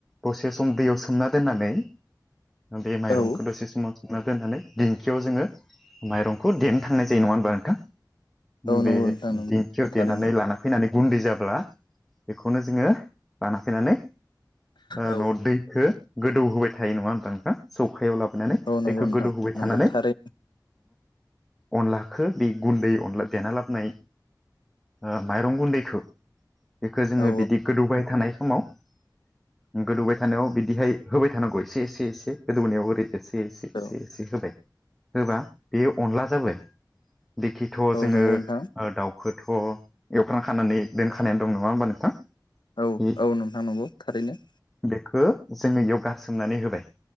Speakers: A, in the centre; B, on the left.
A: दसे सम दैयाव सोमना दोननानै बे माइरंखौ
B: औ
A: दसे सम सो ना दोननानै दिंखियाव जोङो माइरंखौ देनो थांनाय जायो नङा होमबा नोंथां
B: औ नंगौ
A: बे
B: नोंथां नंगौ
A: दिंखियाव
B: थारैनो
A: देनानै लाना फैनानै गुन्दै जाब्ला बेखौनो जोङो लाना फैनानै ओ
B: औ
A: न' दैखौ गोदौ होबाय थायो नङा होना नोंथ सौखायाव लाबो नानै
B: औ नंगौ
A: दैखौ
B: नोंथां
A: गोदौहोबाय
B: नंगौ
A: थानानै
B: थारै
A: अनलाखौ बे गुन्दै अनला देना लाबनाय ओ माइरं गुन्दै बेखौ जोङो
B: औ
A: बिदि गोदौबाय थानाय समाव गोदौबाय थानायाव बिदिहाय होबाय थानांगौ एसे एसे एसे गोदौनाव ओरै एसे एसे एसे
B: औ
A: एसे होबाय होबा बेयो अनला जाबाय दिखिथ'
B: औ
A: जोङो
B: नंगौ नोंथां
A: ओ दाउखौथ' एवफ्राम खानानै दोनखानानै दं नङा होमबा नोंथां
B: औ
A: बे
B: औ नोंथां नंगौ थारैनो
A: बेखौ जोङो इयाव गारसोमनानै होबाय